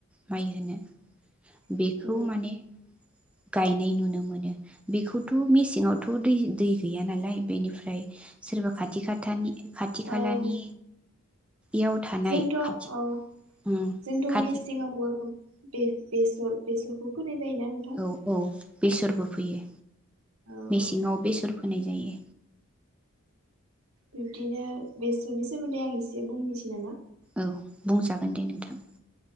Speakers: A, in the centre; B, on the right (about 85°).
A: माइ होनो। बेखौ
B: जायो
A: माने गायनाय नुनो मोनो बेखौथ मेसेंआवथ दै दै गैया नालाय बेनिफ्राय सोरबा खाथि खाथानि खाथि
B: औ
A: खालानि
B: औ
A: याव थानाय
B: जोंथ'
A: खाथि
B: औ
A: उम
B: जोंथ'
A: खाथि
B: मेसेङावबो बेसर बेसरखौ फोनाय जायोना नोंथां
A: औ औ बेसरबो फोयो।
B: औ
A: मेसेङाव बेसर फोनाय जायो।
B: बिब्दिनो बेसरनि सोमोन्दै आं एसे बुंनोसै नामा?
A: औ बुंजागोन दे नोंथां।